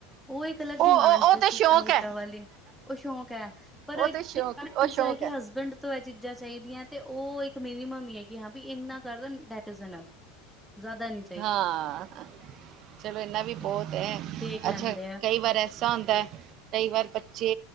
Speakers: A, in the centre; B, on the right.
A: ਉਹ ਇਕ ਅਲਗ
B: ਉਹ
A: ਡਿਮਾਂਡ
B: ਉਹ ਉਹ
A: ਜੈ
B: ਤੇ
A: ਸੂਟਾਂ
B: ਸ਼ੌਕ
A: ਬੁਟਾਂ
B: ਹੈ
A: ਵਾਲੀ। ਓਹ ਸ਼ੌਂਕ ਹੈ ਪਰ
B: ਉਹ ਤੇ
A: ਕਿ
B: ਸ਼ੌਕ
A: ਗੱਲ
B: ਉਹ
A: ਇਹ
B: ਸ਼ੌਕ
A: ਹੈ ਕਿ ਹਸਬੈਂਡ ਤੋ ਇਹ ਚੀਜ਼ਾਂ ਚਾਹੀਦੀਆਂ, ਤੇ ਉਹ ਇੱਕ ਮਿਨੀਮਮ ਹੀ ਹੈਗੀ ਹਾਂ ਵੀ ਇੰਨਾ ਕਰ ਦੈਟ ਈਜ ਇਨ ਅਫ ਜ਼ਦਾ ਨੀ,
B: ਹਾਂ, ਚਲੋ ਇਨਾ ਵੀ
A: ਨਹੀਂ
B: ਬਹੁਤ ਐ,
A: ਦੇਖ ਲੈਂਦੇ
B: ਅੱਛਾ
A: ਆ
B: ਕਈ ਵਾਰ ਐਸਾ ਹੁੰਦਾ। ਕਈ ਵਾਰ ਬੱਚੇ